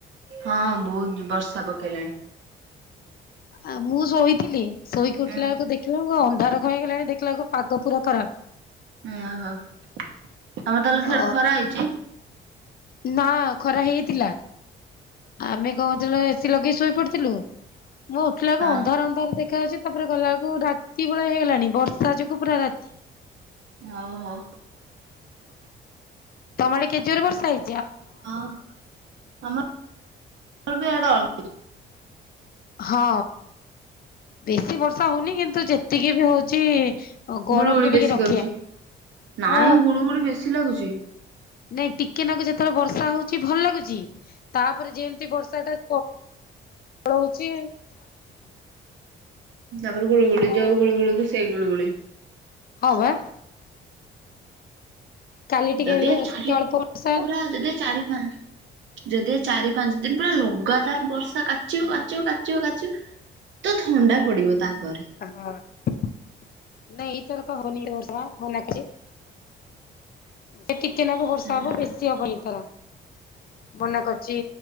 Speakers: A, on the right (about 70°); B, on the left (about 50°).
A: ହଁ ବହୁତ ବର୍ଷା ପକେଇଲାଣି।
B: ଆ ମୁଁ ଶୋଇଥିଲି ଶୋଇକି ଉଠିଲା
A: ଉଁ
B: ବେଳକୁ ଦେଖିଲା ଅନ୍ଧାର କଣ ହେଇଗଲାଣି ଦେଖିଲା ବେଳକୁ ପାଗ ପୁରା ଖରାପ।
A: ଓହୋ ଆମର ତାହେଲେ
B: ଅ
A: ସିଆଡେ ଖରା ହେଇଛି।
B: ନା ଖରା ହେଇଥିଲା ଆମେ କହୁଥିଲୁ ଏସିି ଲଗେଇ ଶୋଇପଡିଥିଲୁ ମୁଁ ଉଠିଲାକୁ
A: ହଁ
B: ଅନ୍ଧାର ଅନ୍ଧାର ଦେଖାଯାଉଛି ତାପରେ ଗଲାବେଳକୁ ରାତି ଭଳିଆ ହେଇଗଲାଣି ବର୍ଷା ଯୋଗୁଁ ପୁରା ରାତି।
A: ଓ ହୋ।
B: ତମ ଆଡ଼େ କେତେ ଜୋରେ ବର୍ଷ ହେଇ
A: ହଁ ଆମ <unintelligible>
B: ହଁ ବେଶୀ ବର୍ଷା ହଉନି କିନ୍ତୁ ଯେତିକି ବି ହଉଛି ଗରମରୁ
A: ଗୁଳୁଗୁଳି
B: ଟିକେ
A: ବେଶୀ
B: ରକ୍ଷା।
A: କରୁଛି ନାଇଁ
B: ଓ
A: ଗୁଳୁଗୁଳି ବେଶୀ ଲାଗୁଛି।
B: ନାଇଁ ଟିକେନାକୁ ଯେତେବେଳେ ବର୍ଷା ହଉଛି ଭଲ ଲାଗୁଛି ତାପରେ ଯେମିତି ବର୍ଷା ଟା ପଳଉଛି
A: ତା ପରେ
B: ପୁରା
A: ଗୁଳୁଗୁଳି ଯୋଉ ଗୁଳୁଗୁଳି କି ସେଇ ଗୁଳୁଗୁଳି।
B: ହଁ ବା। କାଲି ଟିକେ
A: ଯଦିଓ
B: ହେଲେ
A: ଚାରି
B: ଅଳ୍ପ ବର୍ଷା
A: ପୁରା ଯଦି ଚାରି ପା ଯଦି ଚାରି ପାଞ୍ଚ ଦିନ ପୁରା ଲଗାତାର ବର୍ଷା କାଚିବ କାଚିବ କାଚିବ କାଚିବ ତ ଥଣ୍ଡା ପଡିବ ତାପରେ।
B: ହଁ ନାଇଁ ଏଇ ଥରକ ହବନି ବର୍ଷା ମନା କରିଛି। ସେ ଟିକେ ନାଗୁ ବର୍ଷା
A: ଉଁ
B: ହବ ବେଶୀ ହବନି ଏଇ ଥର ମନା କରିଛି